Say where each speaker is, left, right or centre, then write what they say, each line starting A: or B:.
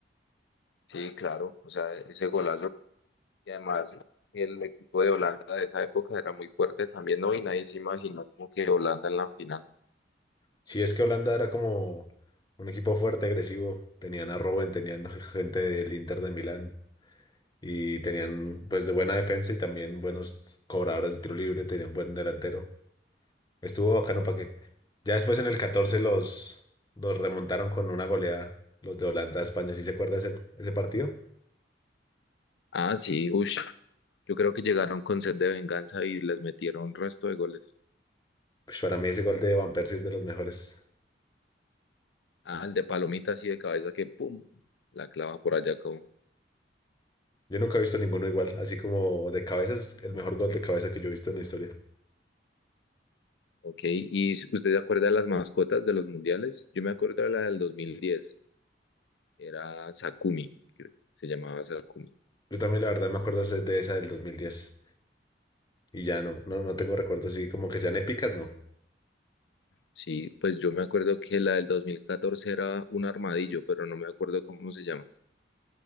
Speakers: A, on the left; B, on the left.
A: Sí, claro. O sea, ese golazo. Y además, el equipo de Holanda de esa época era muy fuerte también, ¿no? Y nadie se imaginó como que Holanda en la final.
B: Sí, es que Holanda era como un equipo fuerte, agresivo. Tenían a Robben, tenían gente del Inter de Milán y tenían pues de buena defensa y también buenos cobradores de tiro libre, tenían buen delantero. Estuvo bacano para qué. Ya después en el 14 los, los remontaron con una goleada, los de Holanda a España. ¿Sí se acuerda ese, ese partido?
A: Ah, sí, ush. Yo creo que llegaron con sed de venganza y les metieron un resto de goles.
B: Pues para mí ese gol de Van Persie es de los mejores.
A: Ah, el de Palomita así de cabeza que ¡pum! La clava por allá como...
B: Yo nunca he visto ninguno igual, así como de cabeza es el mejor gol de cabeza que yo he visto en la historia.
A: Ok, ¿y usted se acuerda de las mascotas de los mundiales? Yo me acuerdo de la del 2010. Era Sakumi, creo, se llamaba Sakumi.
B: Yo también la verdad me acuerdo es de esa del 2010. Y ya no, no, no tengo recuerdos así como que sean épicas, no.
A: Sí, pues yo me acuerdo que la del 2014 era un armadillo, pero no me acuerdo cómo se llama.